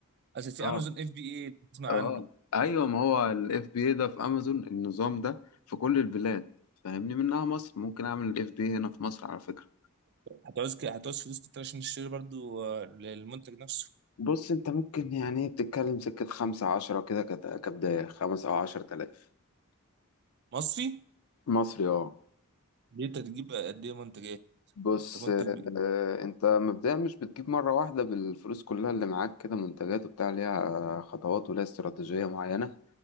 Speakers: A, on the right; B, on the left.
A: اصل في
B: اه
A: امازون اف بي اي تسمع
B: اه
A: عنه
B: ايوه ما هو الاف بي اي ده في امازون النظام ده في كل البلاد فاهمني منها مصر ممكن اعمل الاف بي اي هنا في مصر على فكره
A: هتعوز ك- هتعوز فلوس كتير عشان تشتري برضو آه، المنتج نفسه
B: بص انت ممكن يعني بتتكلم سكة خمسة عشرة كده كت- كبداية خمس او عشر تلاف
A: مصري
B: مصري اه
A: دي انت تجيب قد ايه منتج ايه
B: بص
A: انت منتج
B: آه،
A: بي...
B: انت مبدئيا مش بتجيب مرة واحدة بالفلوس كلها اللي معاك كده منتجات وبتاع ليها خطوات وليها استراتيجية معينة